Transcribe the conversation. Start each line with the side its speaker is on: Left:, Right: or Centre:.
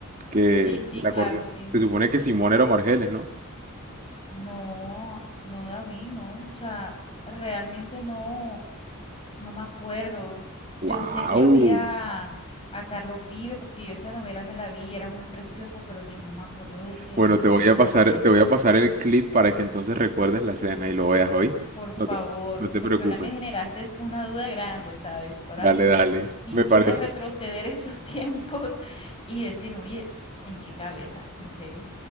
Right: Que
Left: Sí, sí,
Right: el
Left: claro,
Right: acordeón.
Left: sí.
Right: Se supone que Simón era Margeles, ¿no?
Left: No, no, David, no. O sea, realmente no, no me acuerdo.
Right: ¡Wow!
Left: Yo sé que yo vi a, a Carlos Vive porque yo esa novela me la vi y era muy preciosa, pero yo no me acuerdo de que
Right: Bueno,
Left: haya salido
Right: te voy a
Left: Margeles.
Right: pasar, te voy a pasar el clip para que entonces recuerdes la escena y lo veas, ¿oíste?
Left: Por favor,
Right: No te, no te
Left: porque
Right: preocupes.
Left: ahora me generaste es una duda grande, ¿sabes? Ahora
Right: Dale,
Left: me,
Right: dale.
Left: me
Right: Me
Left: hiciste
Right: parece.
Left: retroceder esos <laughs> tiempos y decirme, oye, ¿en qué cabeza? ¿En serio?